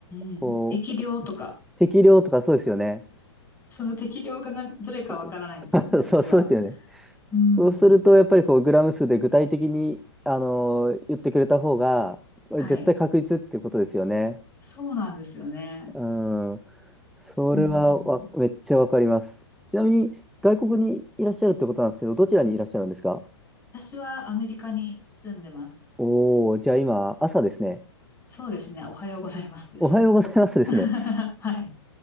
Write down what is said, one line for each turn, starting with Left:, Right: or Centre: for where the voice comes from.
Left: うんうん。
Centre: こう、
Left: 適量とか、
Centre: 適量とかそうですよね。
Left: その適量がなどれかわからないんですよね、
Centre: <laughs>
Left: 私は。
Centre: そう、そうですよね。
Left: うん。
Centre: そうすると、やっぱりこう、グラム数で具体的に、あのー言ってくれた方が、絶対確率っていうことですよね。
Left: はい。そうなんですよね。
Centre: うん。それはわ、
Left: うん。
Centre: めっちゃわかります。ちなみに、外国にいらっしゃるってことなんですけど、どちらにいらっしゃるんですか
Left: 私はアメリカに住んでます。
Centre: おお、じゃあ今、朝ですね。
Left: そうですね。おはようございますです。
Centre: おはようございますですね。
Left: <laughs> はい。